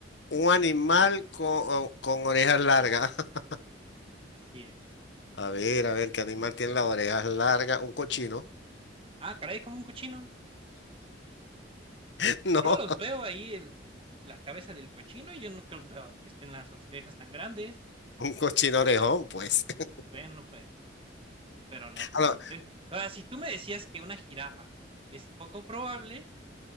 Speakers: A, on the left (about 75°); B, on the right (about 30°).
A: un animal con, o- con orejas largas. <laughs>
B: Así es.
A: A ver, a ver, ¿qué animal tiene las orejas largas? Un cochino.
B: Ah, caray, como un cochino.
A: <laughs>
B: Yo
A: No,
B: los veo ahí, el- la cabeza del cochino, y yo no creo veo que estén las orejas tan grandes.
A: un cochino orejón, pues. <laughs>
B: Bueno, puede ser también. Pero no, tam-
A: A lo-
B: eh, ahora, si tú me decías que una jirafa es poco probable,